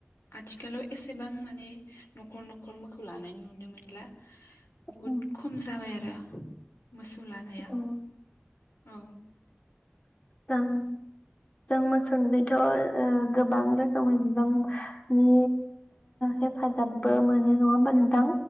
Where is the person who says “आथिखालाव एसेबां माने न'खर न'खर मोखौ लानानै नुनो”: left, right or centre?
Left